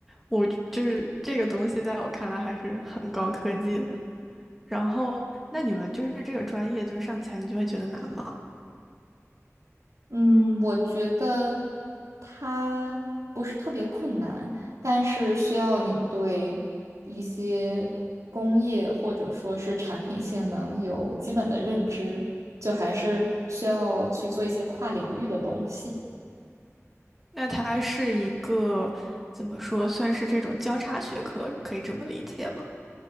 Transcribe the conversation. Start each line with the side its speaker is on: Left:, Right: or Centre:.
Centre: 我就是这个东西，在我看来还是很高科技的。然后，那你们就是这个专业，就是上起来你就会觉得难吗？
Right: 嗯，我觉得它不是特别困难，但是需要你对一些工业或者说是产品性能有基本的认知，就还是需要去做一些跨领域的东西。
Centre: 那它是一个怎么说，算是这种交叉学科，可以这么理解吗？